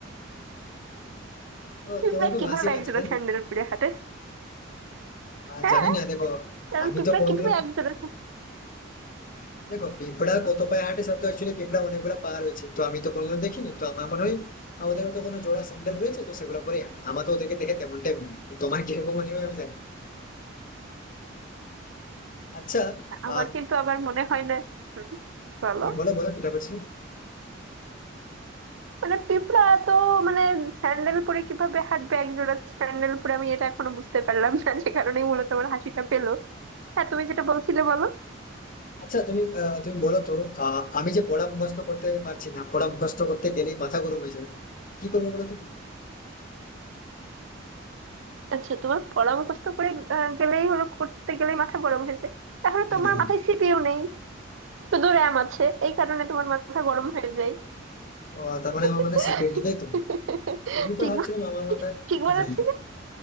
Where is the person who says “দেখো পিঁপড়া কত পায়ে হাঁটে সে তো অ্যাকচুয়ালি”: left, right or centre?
Left